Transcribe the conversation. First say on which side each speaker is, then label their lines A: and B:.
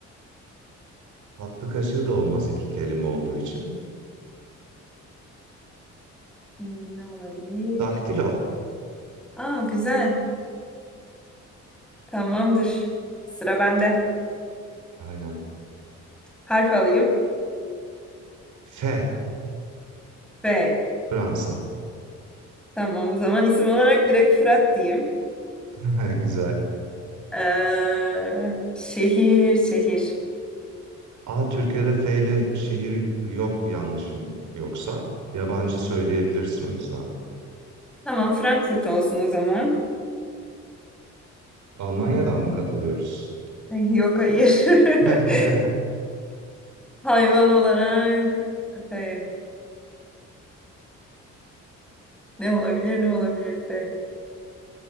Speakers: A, on the right; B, in the centre.
A: tatlı kaşığı da olmaz iki kelime olduğu için.
B: Hmm, Ne olabilir?
A: Daktilo.
B: Aa, güzel. Tamamdır. Sıra bende.
A: Aynen.
B: Harf alayım.
A: F.
B: B.
A: Fransa.
B: Tamam o zaman isim olarak direkt Fırat diyeyim.
A: <laughs> Güzel.
B: Ee, şehir, şehir.
A: A. Türkiye'de F ile şehir yok yanlışım yoksa. Yabancı söyleyebilirsin o yüzden.
B: Tamam Frankfurt olsun o zaman.
A: Almanya'dan mı katılıyoruz?
B: <laughs> Ay, Yok hayır. <laughs>
A: <laughs>
B: Hayvan olarak F. Ne olabilir ne olabilir F.